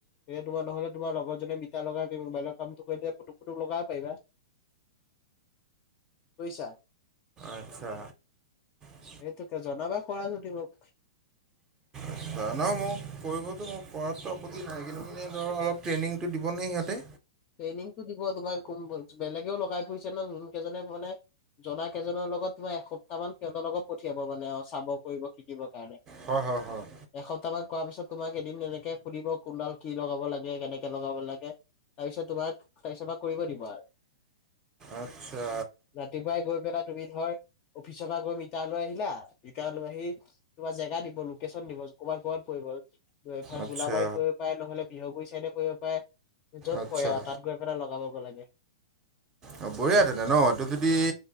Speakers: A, on the left; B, on the right.
A: এয়া তোমাৰ নহ'লে তোমাৰ লগৰ জনে মিটাৰ লগাই কি মোবাইলত কামটো কৰি দিলে পুটুক পুটুক লগাব পাৰিবা বুজিছা
B: আচ্ছা চিউ
A: সেইটোকে জনাবা কৰা যদি মোক
B: আচ্ছা, নহয় মোক কৰিবতো মোৰ কৰাতো আপত্তি নাই কিন্তু মানে ধৰ অলপ ট্ৰেইনিংটো দিবনে সিহঁতে
A: ট্ৰেইনিংটো দিব তোমাৰ কোন ব্ৰাঞ্চ বেলেগেও লগাই ফুৰিছে ন যোনকেইজনে মানে জনা কেইজনৰ লগত তোমাৰ এসপ্তাহ মান সিহঁতৰ লগত পঠিয়াব মানে অ চাব কৰিব শিকিব তাৰ
B: হয় হয় হয়
A: এসপ্তাহ মান কৰাৰ পিছত তোমাক এদিন তেনেকে সুধিব কোনডাল কি লগাব লাগে কেনেকে লগাব লাগে তাৰপিছত তোমাক তাৰপিছ পা কৰিব দিব আৰু
B: আচ্ছা
A: ৰাতিপুৱাই গৈ পেলাই তুমি ধৰ অফিচৰ পৰা গৈ মিটাৰলৈ আহিলা মিটাৰলৈ আহি তোমাৰ জেগা দিব লোকেশ্যন দিব কবাত কৰবাত পৰি কাজ এফালে
B: আচ্ছা
A: গোলাবাৰীত পৰিব পাৰে নহ'লে বিহুগুৰি চাইডে পৰিব পাৰে। য'ত
B: আচ্ছা
A: পৰে আৰু তাত গৈ পেলাই লগাবগৈ লাগে।
B: অ, বঢ়িয়া তেনে এইটো যদি